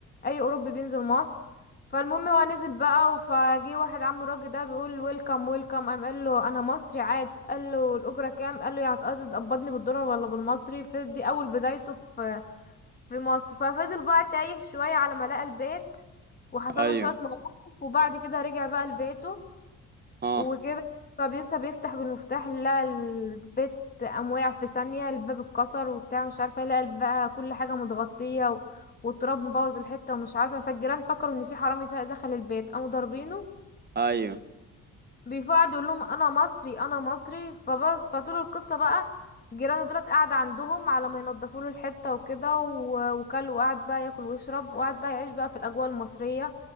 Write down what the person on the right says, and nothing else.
ايوه
اه
ايوه